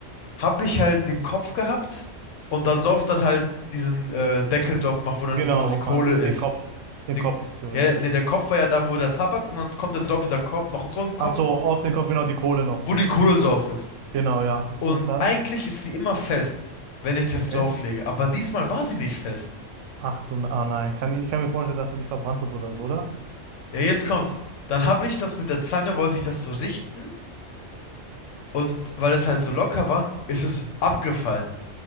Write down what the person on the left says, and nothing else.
habe ich halt den Kopf gehabt und da drauf dann halt diesen äh, Deckel drauf gemacht, wo dann
so die
Kohle
ist.
Den,
ja, ne, der Kopf war ja da, wo der Tabak und dann kommt da drauf dieser Kopf, noch so ein Kopf,
wo
die Kohle drauf ist.
Und
eigentlich ist die immer fest, wenn ich das
drauflege, aber diesmal war sie nicht fest.
Ja, jetzt kommt's. Dann habe ich das mit der Zange, wollte ich das so richten und weil es halt so locker war, ist es abgefallen.